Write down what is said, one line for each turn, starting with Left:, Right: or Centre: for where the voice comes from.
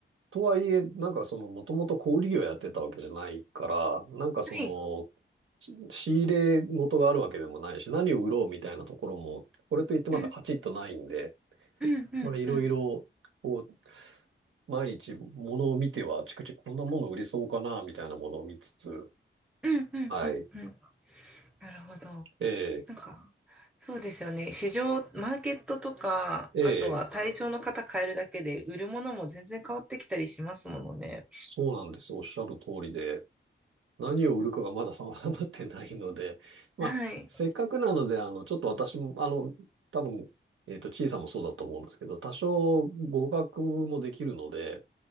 Right: とはいえ、なんかその、もともと小売業やってたわけじゃないから、なんかその、
Centre: はい。
Right: し仕入れ元があるわけでもないし、何を売ろうみたいなところも、これといってまだカチッとないんで、
Centre: うん、うん、うん、
Right: まあ、いろいろ、
Centre: うん、
Right: こう、毎日物を見ては、あちくちこんなもの売りそうかな、みたいなものを見つつ、
Centre: うん、うん、
Right: はい。
Centre: うん。うんなるほど。
Right: ええ、
Centre: なんか、そうですよね。市場、マーケットとか、
Right: ええ、
Centre: あとは対象の方変えるだけで、売るものも全然変わってきたりしますものね。
Right: そうなんです。おっしゃる通りで、何を売るかがまだ定まってないので、
Centre: うん
Right: <laughs> まあ、
Centre: はい。
Right: せっかくなので、あの、ちょっと私も、あの、多分、えっと、小さんもそうだと思うんですけど、多少語学もできるので、